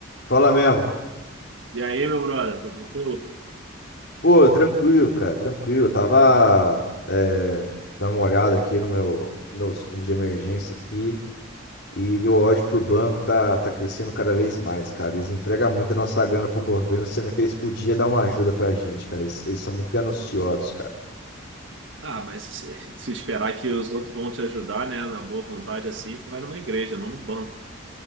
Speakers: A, on the left; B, on the right.
A: Fala mesmo.
B: E aí, meu brother, tudo tranquilo?
A: Pô, tranquilo, cara, tranquilo. Eu tava é, dando uma olhada aqui no meu, meus fundos de emergência aqui e meu ódio por banco tá, tá crescendo cada vez mais, cara. Eles entregam muito a nossa grana pro governo, sendo que eles podiam dar uma ajuda pra gente, cara. Eles, eles são muito gananciosos, cara.
B: Ah, mas se se esperar que os outros vão te ajudar, né, na boa vontade assim, tu vai numa igreja, não num banco,